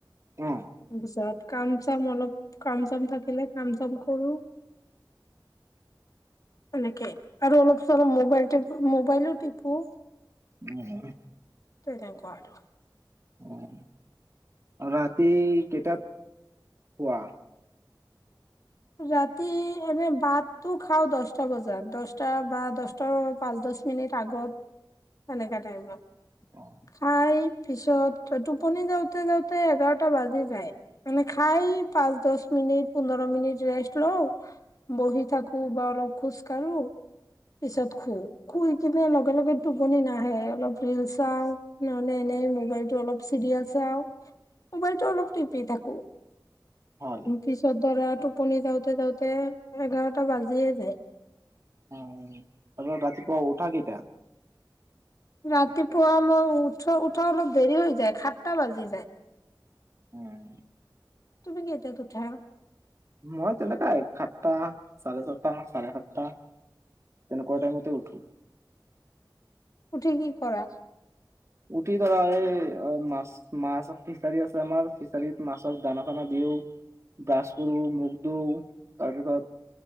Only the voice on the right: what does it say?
অঁ অ।
<unintelligible>
অহ, ৰাতি কেইটাত শুৱা?
অ
হয়।
অহ, তাৰপাছত ৰাতিপুৱা উঠা কেইটাত?
উম।
মই তেনেকাই। সাতটা, চাৰে ছটা, চাৰে সাতটা। তেনেকোৱা টাইমতে উঠো।
উঠি ধৰা এই, মাছ মাছ, ফিচাৰী আছে আমাৰ, ফিচাৰীত মাছৰ দানা খানা দিওঁ। ব্ৰাছ কৰোঁ, মুখ ধোওঁ, তাৰপিছত